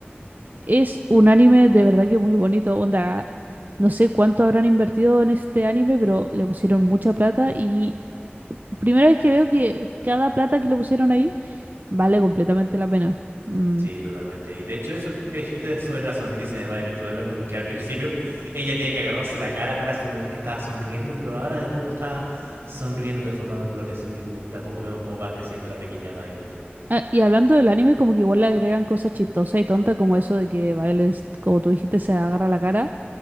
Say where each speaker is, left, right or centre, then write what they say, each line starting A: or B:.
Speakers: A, on the right; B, on the right.
A: Es un anime de verdad que muy bonito. Onda, no sé cuánto habrán invertido en este anime, pero le pusieron mucha plata y primera vez que veo que cada plata que le pusieron ahí vale completamente la pena. Mm.
B: Sí, totalmente. Y de hecho, eso que dijiste sobre la sonrisa de baile, totalmente, porque al principio ella tiene que agarrarse la cara para simular que estaba sonriendo, pero ahora de poco está sonriendo de forma natural, así que uh, de a poco vemos cómo va creciendo la pequeña Violet.
A: Ah, y hablando del anime, como que igual le agregan cosas chistosas y tontas, como eso de que Violet, como tú dijiste, se agarra la cara.